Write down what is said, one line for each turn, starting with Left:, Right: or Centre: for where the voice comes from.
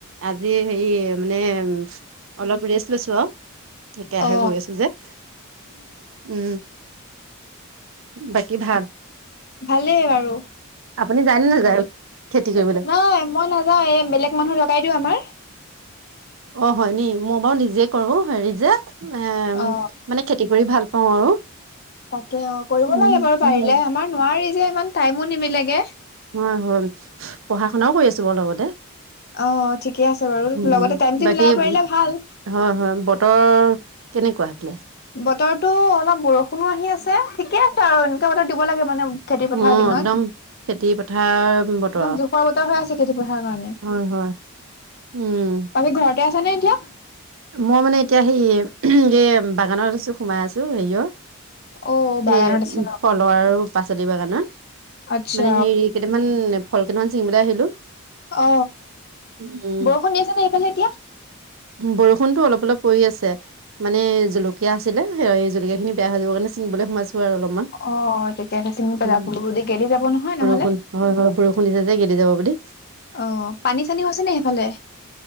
Right: আজি, সেৰি মানে, অলপ ৰেষ্ট লৈছোঁ আৰু। একৰাহে
Left: অ অ
Right: গৈ আছোঁ যে। উম! বাকী ভাত?
Left: ভালেই বাৰু।
Right: আপুনি যায়নে নাযায়, খেতি কৰিবলে?
Left: অ মই নাযাওঁ এই বেলেগ মানুহ লগাই দিওঁ আমাৰ
Right: অ হয় নি মই বাৰু নিজে কৰো হেৰি যে এ
Left: অ
Right: মানে খেতি কৰি ভাল পাওঁ আৰু
Left: তাকে অ কৰিব
Right: উম
Left: লাগে বাৰু পাৰিলে
Right: উম
Left: আমাৰ নোৱাৰি যে ইমান টাইমো নিবিলেগে
Right: হয় হয় পঢ়া শুনাও কৰি আছো বাৰু লগতে
Left: অ ঠিকে আছে বাৰু
Right: উম
Left: লগতে টাইমটো
Right: বাকী
Left: মিলাব পাৰিলে ভাল
Right: হয় হয় বতৰ কেনেকুৱােইফালে
Left: বতৰটো অলপ বৰষুণো আহি আছে ঠিকে আছে আৰু এনেকুৱা বতৰ দিব লাগে মানে খেতি পথাৰৰ
Right: উ
Left: দিনত
Right: একদম খেতি পথাৰ বতৰ
Left: একদম
Right: আৰু
Left: জোখৰ বতৰ হৈ আছে খেতি পথাৰ কাৰণে
Right: হয় হয় উম
Left: আৰু ঘৰত আছে নে এতিয়া
Right: মই মানে এতিয়া সেই এ বাগানত আছো সোমাই আছো হেয়ৰ
Left: অ
Right: স
Left: বাগানত আছে
Right: উ
Left: ন
Right: ফল লৰা আৰু পাচলি বাগানত
Left: আচ্ছা
Right: মানে হেৰি কেইটামান ফল কেইটামান চিঙিবলৈ আহিলো
Left: অ
Right: উম
Left: বৰষুণ আছে নে এইফালে এতিয়া
Right: বৰষুণতো অলপ অলপ পৰি আছে মানে জলকীয়া আছিলে এই জলকীয়া খিনি বেয়া হৈ যাব কাৰণে চিঙিবলৈ সোমাইছো আৰু অলপমান
Left: অ তেতিয়া সে চিঙি পেলাব
Right: উ
Left: গেলি যাব নহয় নহলে
Right: বৰষুণ হয় হয় বৰষুণ দিছে যে গেদি যাব বুলি
Left: অঁ পানী চানী হৈছেনে সেইফালে